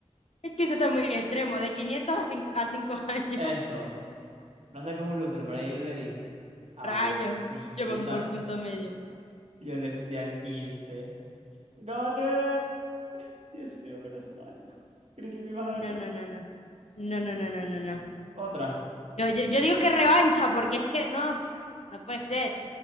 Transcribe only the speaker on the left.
Es que esto está muy extremo, de 500 a cinco a 5 <laughs> años.
Rayo,
yo me
fui
por punto medio.
No,
no, no, no. No, no, no, no, no, no.
Yo, yo, yo digo que revancha, porque es que no, no puede ser.